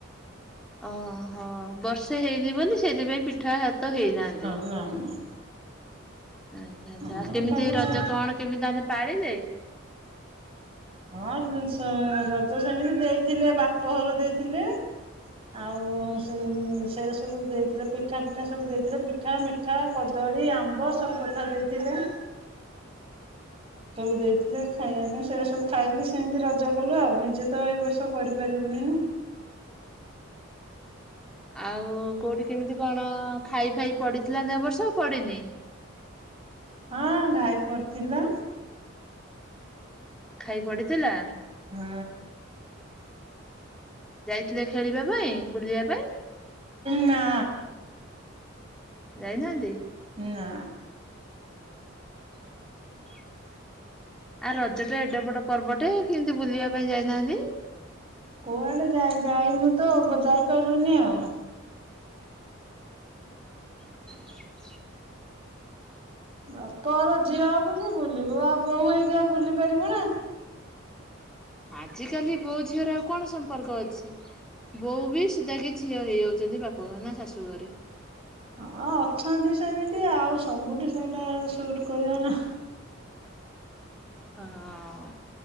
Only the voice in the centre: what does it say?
ଓହୋ ବର୍ଷେ ହେଇନି ବୋଲି ସେଥିପାଇଁ ପିଠା ହାତ ହେଇନାହାନ୍ତି।
ଆଚ୍ଛା ଆଚ୍ଛା
ଆଉ କେମିତି
ରଜ
କଣ କେମିତି <unintelligible> ପାଳିଲେ?
ଆଉ କୋଉଠି କେମିତି କଣ ଖାଇ ଫାଇ ପଡିଥିଲା ନା ଏଇ ବର୍ଷା ନା ପଡ଼ିନି?
ଖାଇ ପଡିଥିଲା?
ଯାଇଥିଲେ ଖେଳିବା ପାଇଁ ବୁଲିବା ପାଇଁ?
ଯାଇନାହାନ୍ତି?
<unintelligible> ଆ ରଜ ଟା ଏଡେ ବଡ ପର୍ବଟେ କେମିତି ବୁଲିବା ପାଇଁ ଯାଇନାହାନ୍ତି?
<unintelligible>
ଆଜ କାଲି ବୋଉ ଝିଅର ଆଉ କଣ ସମ୍ପର୍କ ଅଛି ବୋଉ ବି ସୁଧାକି ଝିଅ ହେଇଯାଉଛନ୍ତି ବାପଘର ନା ଶାଶୁଘରେ
ହଁ